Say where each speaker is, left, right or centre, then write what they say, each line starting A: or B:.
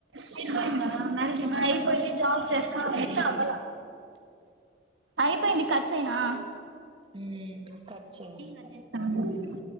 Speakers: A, on the right; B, on the right.
A: అయిపోయిందా మేనేజింగ్ ఐపోయింది జాబ్ చేస్తుంది ఇంకా అవ్వలా అయిపోయింది కట్ చేయనా
B: హ్మ్మ్ కట్ చెయ్
A: నేను కట్ చేస్తాను
B: హ్మ్మ్